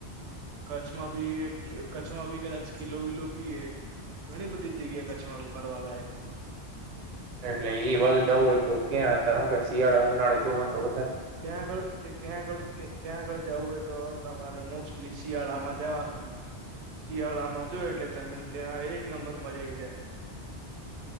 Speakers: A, on the right (about 80°); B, on the right (about 50°).
A: કચ્છમાં બી કચ્છમાં બી કદાચ કીલો વિલો બી એ ઘણી બધી જગ્યાએ કચ્છમાં ફરવા લાયક
B: એટલે ઈ વલ જવું હોય તો ક્યાંત શિયાળો ઉનાળો ચોમાસો
A: ત્યાં આગળ ત્યાં આગળ ત્યાં આગળ જવું હોય તો તમારે મોસ્ટલી શિયાળામાં જવાનું શિયાળામાં જોય એટલે તમે ત્યાં એક નંબર મજા આઈ જાય